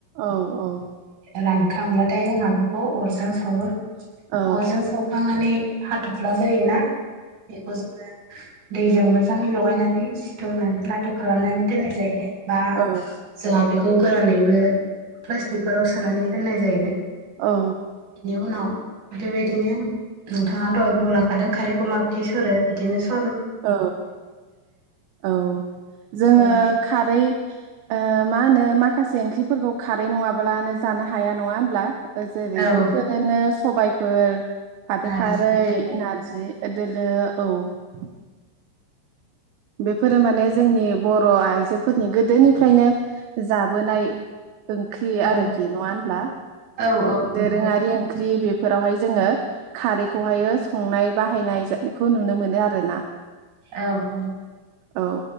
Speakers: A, on the right; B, on the right.
A: औ औ
B: रानखांब्लाथाय जोंहा बेखौ अरजों सावो
A: औ
B: अरजों सावखांनानै हाथ'फ्ला जायोना बेखौ जोङो दैजों मोजाङै लगायनानै स दुमनानै लादु खालामनानै दोननाय जायो बा
A: औ
B: जोंहा बेख खौ गोरानैबो प्लास्टिकफोराव सोनानै दोननाय जायो।
A: औ
B: बिनि उनाव बेबायदिनो नोंथाङा दहाय बुंलांखादों खारैखौ माबायदि सरो बिदिनो सर
A: औ औ
B: बेखौ
A: जोङो
B: माने
A: खारै ओ मा होनो मा? खासे ओंख्रिफोरखौ खारै नङाब्लानो जानो हाया नङा होनब्ला? ओ जेरै
B: औ
A: बेफोरोनोस सबायफोर फाथो
B: नारजि
A: खारै
B: दोलो
A: नारजि दोलो औ । बेफोरो माने जोंनि बर' आइजोफोरनि गोदोनिफ्रायनो जाबोनाय ओंख्रि
B: औ
A: आरोखि नङाब्ला
B: औ औ नंगौ
A: दोरोङारि ओंख्रि बे फोरावहाय जोङो खारैखौहायो संनाय बाहायनायखौ नुनो मोनो आरोना ।
B: औ ।
A: औ